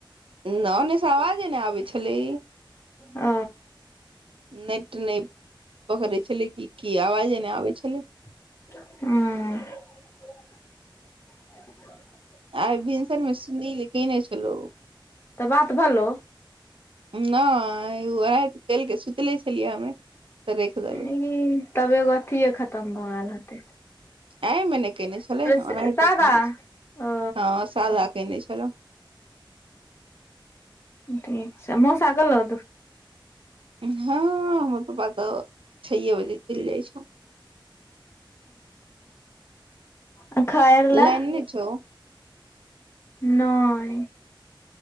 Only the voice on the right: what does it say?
न ने स आवाजे ने आबै छलै
नेट नहि पकड़े छलै कि की आवाजे नहि आबै छलै
आ भिनसरमे सुनील कने छलहु
नहि तेल के सुतले छलियै हमे तऽ राखि देलौ
एमे केने छले ओनाहिने
ह सादा केने छलहु
हँ हमर पापा तऽ छे बजे चलि जाइ छौ
लाइन नहि छौ